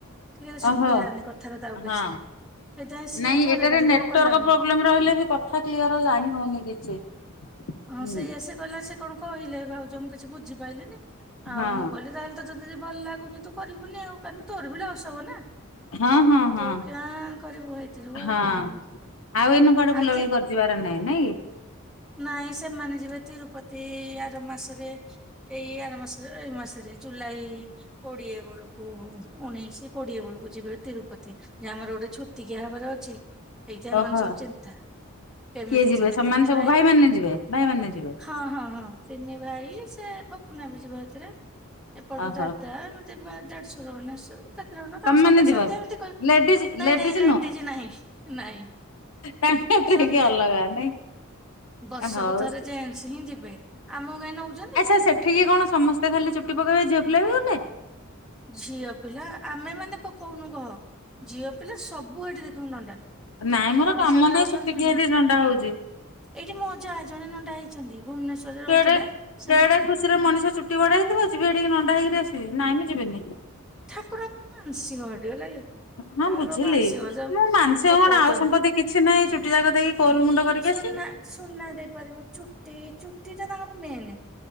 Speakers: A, in the centre; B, on the left.
A: ଟିକେ ଶୁଭିଲାନି
B: ଓହୋ
A: କଥାରେ ତାଉ
B: ହଁ।
A: କିଛି ସେଇଥିପାଇଁ ସିଏ
B: ନାଇଁ
A: ଥରେ
B: ଏଟାରେ
A: କରିକି
B: ନେଟୱାର୍କ
A: ଆଉ କଲାନି।
B: ପ୍ରୋବ୍ଲେମ ରହିଲେ ବି କଥା କ୍ଲିଅର ଜାଣି ହଉନି କିଛି।
A: ହଁ
B: ହୁଁ
A: ସେଇ ଏସି ଗିଲା ସେ କଣ କହିଲେ ଭାଉଜ ମୁଁ କିଛି ବୁଝିପାରଲିିନି।
B: ହଁ
A: ଆଉ ମୁଁ କହିଲି ତାହେଲେ ତତେ ତଦ ଯଦି ଭଲ ଲାଗୁନି ତୁ କରିବୁନି ଆଉ କାର ତୋର ଭଳି ଅସ ହବ ନା।
B: ହଁ ହଁ ହଁ
A: ତୁ କାଁ କରିବୁ ହେଇଥି ଯୋଗୁ
B: ହଁ
A: କଲିନି
B: ଆଉ ଆଉ ଏଇନେ କୁଆଡେ ବୁଲାବୁଲି
A: ଆଉ ତି
B: କରି ଯିବାର ନାଇଁ ନାଇଁ।
A: ନାଇଁ ସେମାନେ ଯିବେ ତିରୁପତି ଆର ମାସରେ। ଏଇ ଆର ମାସ ଏଇ ମାସରେ ଜୁଲାଇ କୋଡିଏ ବେଳକୁ ଉଣେଇଶି କୋଡିଏ ବେଳକୁ ଯିବେ ତିରୁପତି। ଯେ ଆମର ଗୋଟେ ଛୁତିିକିଆ ଭାବରେ ଅଛି। ସେଇଥିପାଇଁ ଏମାନେ
B: ଓହୋ
A: ସବୁ ଚିନ୍ତା। କେମିତି
B: କିଏ ଯିବେ ସେମାନେ
A: ତିନି
B: ସବୁ
A: ଭାଇ
B: ଭାଇମାନେେ ଯିବେ ଭାଇମାନେ ଯିବେ।
A: ହଁ ହଁ ହଁ ତିିନି ଭାଇ ସେ ଫପୁନା ବି ଯିବ ଏଥିରେ ଏପଟୁ
B: ଓହୋ
A: ଦାଦା ବା ଦେଢ଼ଶ ମାନେ ଏଇ ସବୁ। ର ତାଙ୍କ
B: ତମେ
A: ସାଙ୍ଗସଥି
B: ମାନେ ଯିବନି।
A: ଏମତି
B: ଲେଡିଜ
A: ନାଇଁ
B: ଲେଡିଜ
A: ନାଇଁ ଲେଟ ଦେଇଛି ନହିଁ ନାଇଁ।
B: ଟାଙ୍କ
A: ସେମାନେ
B: ଅଲଗା
A: ଯେ
B: ନାଇଁ।
A: ବର୍ଷକୁ
B: ହଉ।
A: ଥରେ ଜେଣ୍ଟସ ହିଁ ଯିବେ ଆମକୁ କାଇହିଁ ନଉଛନ୍ତି।
B: ଆଚ୍ଛା ସେଠିକି କଣ ସମସ୍ତେ ଖାଲି ଚୁଟି ପକେଇବା ଝିଅ ପୁଲା ବି ଗଲେ।
A: ଝିଅ ପିଲା ଆମେ ମାନେ ପକଉନୁ କହ ଝିଅ ପିଲା ସବୁ ଏଇଠି ଦେଖିବୁ ନଣ୍ଡା। ଯେତିକି
B: ନାଇଁ ମୋର
A: ଓଡିଶାରୁ
B: କାମ ନାହିଁ
A: ଯାଉଛନ୍ତି
B: ସେଠିକି
A: ସେମାନେ
B: ହେଠି କିଏ ନଣ୍ଡା ହଉଛି।
A: ଏଇଠି ମଜା ଜଣେ ନଣ୍ଡା ହେଇଛନ୍ତି। ଭୁବନେଶ୍ଵରରେ ରହୁଥିଲେ
B: କେଡେ
A: ସେ
B: କେଡେ ଖୁସି ରେ ମଣିଷ ଚୁଟି ବଡା ହେଇଥିବ ଯିବି ଏଠିକି ନଣ୍ଡା ହେଇକି ଆସିବି ନାଇଁ। ଯିବିନି।
A: ଠାକୁରଟେ ମାନସିିଂଡଲ ହେଲେ କି
B: ହଁ
A: ଠାକୁର
B: ବୁଝିଲି
A: ମାନସିକ
B: ମୁଁ ମାଂସ
A: ପକଉଛନ୍ତି
B: କଣ ଆଉ ସମ୍ପତ୍ତି କିଛି ନାହିଁ ଚୁଟି ଯାକ ଦେଇକି କୋଲ ମୁଣ୍ଡ କରିକି
A: ସୁନା
B: ଆସିବି।
A: ସୁନା ଦେଇପାରିବ ଚୁଟି ଚୁଟି ଟା ତାଙ୍କର ମେନ୍।